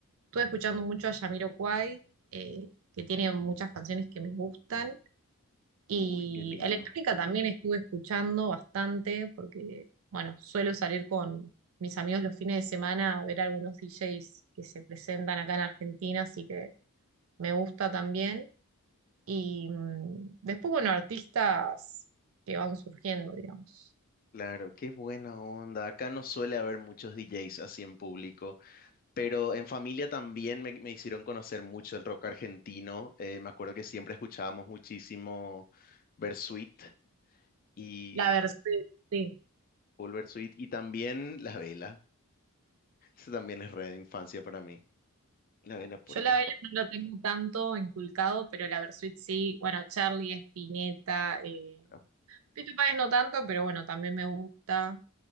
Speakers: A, on the right; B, on the left.
A: Estuve escuchando mucho a Jamiroquai, eh, que tiene muchas canciones que me gustan. Y
B: Uy, qué lindo.
A: electrónica también estuve escuchando bastante porque, bueno, suelo salir con mis amigos los fines de semana a ver algunos DJs que se presentan acá en Argentina, así que me gusta también. Y mm, después, bueno, artistas que van surgiendo, digamos.
B: Claro, qué buena onda. Acá no suele haber muchos DJs así en público, pero en familia también me, me hicieron conocer mucho el rock argentino. Eh, me acuerdo que siempre escuchábamos muchísimo Bersuit y
A: La Versuit, sí.
B: Paul Bersuit y también La Vela. Eso también es red de infancia para mí. La Vela por
A: Yo
B: acá.
A: la Vela no lo tengo tanto inculcado, pero la Versuit sí. Bueno, Charlie, Spinetta, eh,
B: Ah,
A: Fito Páez no tanto, pero bueno, también me gusta.